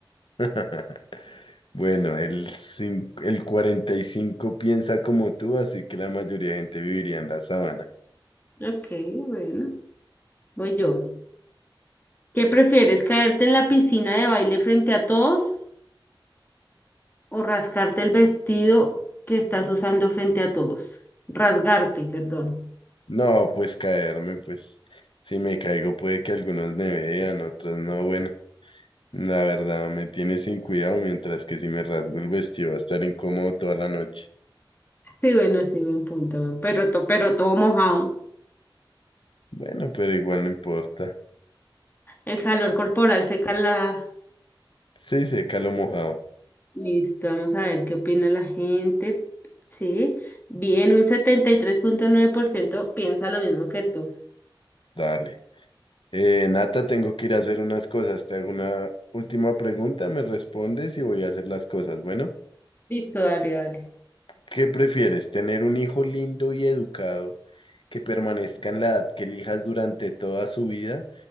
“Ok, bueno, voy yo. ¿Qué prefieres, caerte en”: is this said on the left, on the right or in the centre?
Left